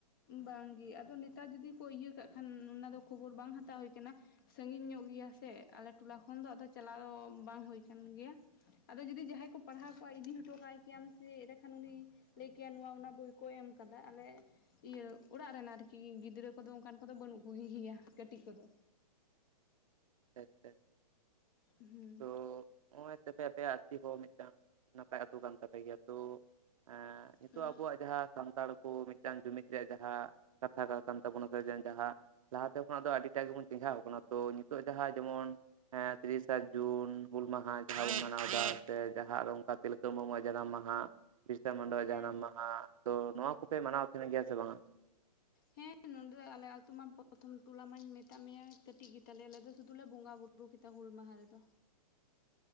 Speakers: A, on the left; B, on the right.
A: ᱵᱟᱝᱜᱮ, ᱟᱫᱚ ᱱᱮᱛᱟᱨ ᱡᱩᱫᱤ ᱠᱚ ᱤᱭᱟᱹ ᱠᱟᱜ ᱠᱷᱟᱱ, ᱚᱱᱟ ᱫᱚ ᱠᱷᱚᱵᱚᱨ ᱵᱟᱝ ᱦᱟᱛᱟᱣ ᱦᱳᱭ ᱠᱟᱱᱟ᱾ ᱥᱟᱺᱜᱤᱧ ᱧᱚᱜ ᱜᱮᱭᱟ ᱥᱮ, ᱟᱞᱮ ᱴᱚᱞᱟ ᱠᱷᱚᱱ ᱫᱚ ᱟᱫᱚ ᱪᱟᱞᱟᱣ ᱵᱟᱝ ᱦᱳᱭ ᱠᱟᱱ ᱜᱮᱭᱟ᱾ ᱟᱫᱚ ᱡᱩᱫᱤ ᱡᱟᱦᱟᱸᱭ ᱠᱚ ᱯᱟᱲᱦᱟᱣ ᱠᱚᱣᱟ, ᱤᱫᱤ ᱦᱚᱴᱚ ᱠᱟᱭ ᱠᱮᱭᱟᱢ ᱥᱮ, ᱮᱸᱰᱮ ᱠᱷᱟᱱ ᱩᱱᱤ ᱞᱟᱹᱭ ᱠᱮᱭᱟ, ᱱᱚᱶᱟ ᱚᱱᱟ ᱵᱳᱭ ᱠᱚ ᱮᱢ ᱠᱟᱫᱟ, ᱟᱞᱮ ᱤᱭᱟᱹ ᱚᱲᱟᱜ ᱨᱮᱱ ᱟᱨᱠᱤ ᱜᱤᱫᱽᱨᱟᱹ ᱠᱚᱫᱚ, ᱚᱱᱠᱟᱱ ᱠᱚᱫᱚ ᱵᱟᱹᱱᱩᱜ ᱠᱚᱜᱮ ᱜᱮᱭᱟ ᱠᱟᱹᱴᱤᱡ ᱠᱚᱫᱚ᱾
B: ᱟᱪᱪᱷᱟ,
A: ᱦᱩᱸ,
B: ᱛᱚ ᱱᱚᱜᱼᱚᱭ ᱛᱟᱯᱮ ᱟᱯᱮᱭᱟᱜ ᱟᱹᱛᱩ ᱦᱚᱸ, ᱢᱤᱫᱴᱟᱝ ᱱᱟᱯᱟᱭ ᱟᱹᱛᱩ ᱠᱟᱱ ᱛᱟᱯᱮ ᱜᱮᱭᱟ, ᱛᱚ ᱮᱸ ᱱᱤᱛᱚᱜ
A: ᱦᱮᱸ
B: ᱟᱵᱚᱣᱟᱜ ᱡᱟᱦᱟᱸ ᱥᱟᱱᱛᱟᱲ ᱠᱚ, ᱢᱤᱫᱴᱟᱱ ᱡᱩᱢᱤᱫ ᱨᱮᱭᱟᱜ ᱡᱟᱦᱟᱸ, ᱠᱟᱛᱷᱟ ᱠᱟᱱ ᱛᱟᱵᱚᱱᱟ ᱥᱮ ᱡᱟᱦᱟᱸ ᱞᱟᱦᱟᱛᱮ ᱠᱷᱚᱱᱟᱜ ᱫᱚ, ᱟᱹᱰᱤᱴᱟᱜ ᱜᱮᱵᱚᱱ ᱪᱮᱸᱜᱷᱟᱣ ᱠᱟᱱᱟ, ᱛᱚ ᱱᱤᱛᱚᱜ ᱡᱟᱦᱟᱸ ᱡᱮᱢᱚᱱ ᱛᱤᱨᱤᱥᱟ ᱡᱩᱱ ᱦᱩᱞ ᱢᱟᱦᱟ, ᱡᱟᱦᱟᱸ ᱵᱚᱱ ᱢᱟᱱᱟᱣᱫᱟ ᱥᱮ ᱡᱟᱦᱟᱸ ᱚᱱᱠᱟ, ᱛᱤᱞᱠᱟᱹ ᱢᱩᱨᱢᱩᱣᱟᱜ ᱡᱟᱱᱟᱢ ᱢᱟᱦᱟ ᱵᱤᱨᱥᱟᱹ ᱢᱩᱱᱰᱟ-ᱟ ᱡᱟᱱᱟᱢ
A: ᱦᱮᱸ
B: ᱢᱟᱦᱟ, ᱛᱚ ᱱᱚᱶᱟ ᱠᱚᱯᱮ, ᱢᱟᱱᱟᱣ ᱛᱟᱦᱮᱱ ᱜᱮᱭᱟ, ᱥᱮ ᱵᱟᱝᱼᱟ?
A: ᱦᱮᱸ, ᱱᱚᱸᱰᱮ ᱟᱞᱮ ᱟᱛᱳ ᱢᱟ, ᱯᱨᱚᱛᱷᱚᱢ ᱴᱚᱞᱟ ᱢᱟᱧ ᱢᱮᱛᱟᱜ ᱢᱮᱭᱟ, ᱠᱟᱹᱴᱤᱡ ᱜᱮ ᱛᱟᱞᱮᱭᱟ, ᱟᱞᱮ ᱫᱚ ᱥᱩᱫᱩ ᱞᱮᱱᱟ ᱵᱚᱸᱜᱟ ᱵᱩᱨᱩ ᱵᱩ ᱠᱮᱫᱟ ᱦᱩᱞ ᱢᱟᱦᱟ ᱨᱮᱫᱚ᱾